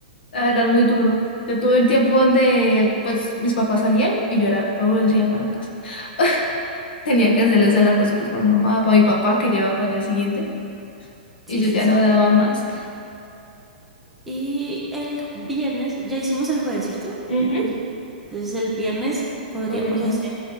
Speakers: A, on the left; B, in the centre.
A: la verdad es muy duro. Yo tuve un tiempo donde pues mis papás salían y yo era todo el día acá en la casa. <laughs> Tenía que hacerles el almuerzo pues para mi mamá, para mi papá que llevaba para el día siguiente y
B: Sí,
A: yo
B: sí,
A: ya
B: sí.
A: no daba más.
B: Y el viernes, ya hicimos el jueves, ¿cierto?
A: Ujú,
B: El- Entonces el viernes podríamos
A: Podría.
B: hacer,